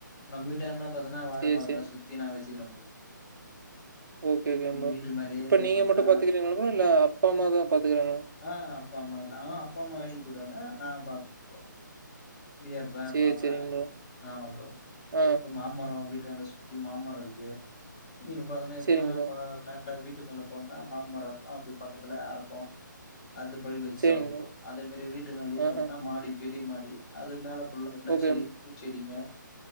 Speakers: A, on the left; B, on the right.
A: நம்ப வீட்ட <unintelligible> பாத்தனா வாழ
B: சரி,
A: மரத்த
B: சரி.
A: சுத்தி நா வச்சுகிற
B: ஓகே ஓகே <unintelligible>
A: வீட்டு மேலேயே
B: இப்ப நீங்க
A: பார்த்தோன்னா
B: மட்டு பாத்துக்கிறீங்களோ இல்ல அப் ப்பாம்மாதா பாத்துக்கறாங்களா
A: ஆ அப்பா அம்மா <unintelligible> ஆ அப்பா அம்மா வேலைக்கு போய்டுவாங்க நா பாத்துக்குவே ப்ரோ. ஃப்ரியா இருப்பே
B: சரி,
A: பாப்பேன்,
B: சரிங்க ப்ரோ.
A: ஆமா ப்ரோ
B: ஆ
A: இப்ப மாமரோ வீட் டண்ட சுத்தி மாமரோ இருக்கு. இப் பாதனா இப்பனா
B: சரிங்க ப்ரோ.
A: பா <unintelligible> ஆ வீட்டுக்கு மேல போனா மாமரோ இருக்கு அப்டியே. பக்கத்துல அறப்போ அது பழுக்க வச்சு
B: சரிங்க
A: சாப்புட்டோ
B: ப்ரோ.
A: அதே மாரி வீட்டுக்கு <unintelligible>
B: ஆஹ.
A: பாத்தன்னா மாடிப் பெரிய மாடி அது மேலப் <unintelligible> னா
B: ஓகேங்க.
A: சேரி பூச்செடிங்க.